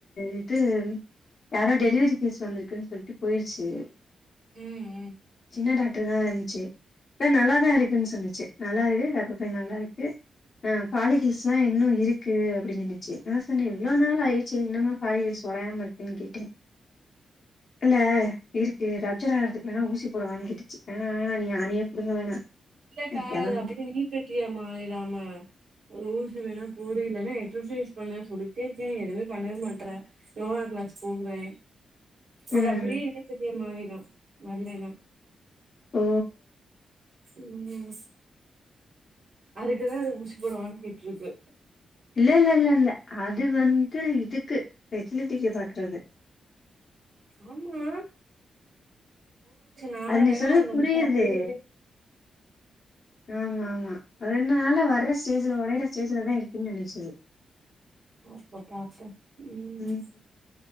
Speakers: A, on the left; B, on the right.
A: இட்டு யாரோ டெலிவரி கேஸ் வந்திருக்குன் சொல்ட்டு போய்ருச்சி
B: ம் ம்
A: சின்ன டாக்டர் தா இருந்ச்சி இல்ல நல்லாதா இருக்குன் சொன்னிச்சி நல்லா இருக்கு கர்பப்பை நல்லா இருக்கு ஆ பாலிஹிள்ஸ்லா இன்னு இருக்கு அப்டின் சொல்லுச்சி நா சொன்னே எவ்ளோ நாள் ஆயிச்சி இன்னமா பாலிகள்ஸ் ஒடையாம இருக் ம் கேட்டின் இல்ல இருக்கு ரப்ச்சர் ஆகறதுக் வேணா ஊசி போடவான் கேட்டுச்சு வேணா வேணா நீ ஆணியே புடுங்க வேணா
B: இல்லக்கா
A: நா கெளம்பு
B: அது அப்டியே நீர் கட்டியா மாறிறாம ஒரு ஊசி வேணா போடு இல்லனா எக்சசைஸ் பண்ணு சொல்லிட்டே இருக்க நீ எதுமே பண்ணவே மாட்ற யோகாக்கு தூங்றே அது
A: ம்
B: அப்டியே என்னய மாறியே மாறிடு வல்லைனா
A: ம்
B: ம் அதுக்குதா அது ஊசி போடவான் கேட்ருக்கு
A: இல்ல இல்ல இல்ல இல்ல அது வந்து இதுக்கு ஃபெர்டிலிடிக்கு பாக்கறது
B: ஆமா நாங்களன்னா
A: அது நீ சொல்றது
B: அந்த
A: புரியுது
B: முட்டை அப்படியே
A: ஆமா ஆமா ரெண்டு நாள்ல வர்ற ஸ்டேஜ்ல ஓடையிற ஸ்டேஜ்லதா இருக்குன்னு நெனச்சது
B: ம்ச் அப்ப பாப்போ ம்
A: உம்